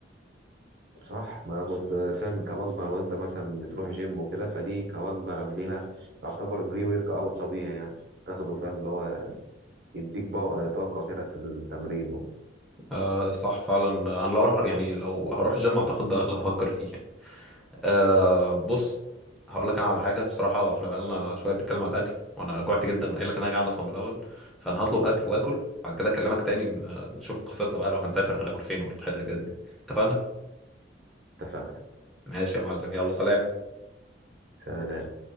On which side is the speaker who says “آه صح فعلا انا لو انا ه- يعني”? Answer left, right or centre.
Centre